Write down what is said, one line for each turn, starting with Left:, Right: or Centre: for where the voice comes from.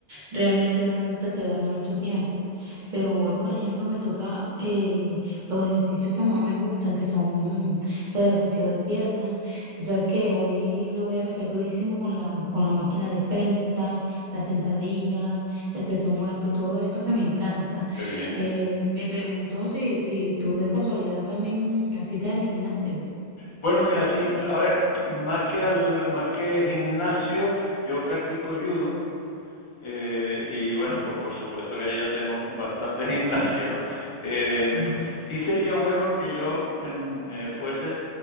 Right: realmente no me gusta quedarme mucho tiempo, pero hoy, por ejemplo, me toca eh, los ejercicios que más me gustan, que son mm, los ejercicios de piernas, tú sabes que hoy le voy a meter durísimo con la, con la máquina de prensa, la sentadilla, el peso muerto, todo esto que me encanta.
Left: Qué bien.
Right: Eh, me preguntó si, si tú de casualidad también asistes al gimnasio.
Left: Bueno, mira, sí, m- a ver, más que al, más que gimnasio, yo practico judo eh, y bueno,
Right: Sí,
Left: pues por supuesto que ahí hacemos bastante <laughs> gimnasia, ¿no? Eh,
Right: sí.
Left: sí sería bueno que yo em, eh, fuese